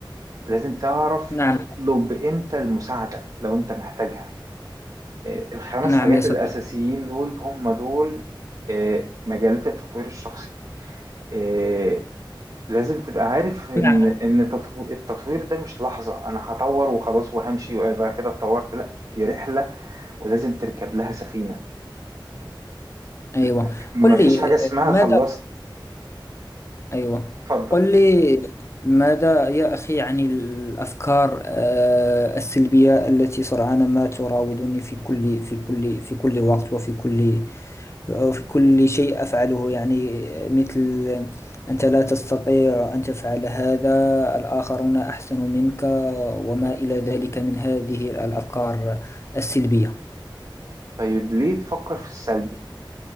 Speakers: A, on the right (about 50°); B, on the left (about 35°).
A: لازم تعرف
B: نعم
A: تطلب إمتى المساعدة لو أنت محتاجها آه، الخمس
B: نعم
A: حاجات
B: يا صديقي
A: الأساسيين دول هم دول آه، مجالات التطوير الشخصي آه، لازم تبقى عارف ان
B: نعم
A: ان تطو- التطوير ده مش لحظة انا هطور وخلاص وهمشي ويبقى كده اتطورت لا دي رحلة ولازم تركب لها سفينة
B: أيوة
A: مف- مفيش
B: قل لي
A: حاجة
B: آه،
A: اسمها
B: ماذا
A: خلصت
B: أيوة
A: اتفضل
B: قل لي ماذا يا أخي عن الأفكار آه، السلبية التي سرعان ما تراودني في كل في كل في كل وقت وفي كل وفي كل شيء أفعله يعني مثل أنت لا تستطيع أن تفعل هذا الآخرون أحسن منك وما إلى ذلك من هذه الأفكار السلبية
A: طيب ليه تفكر في السلبي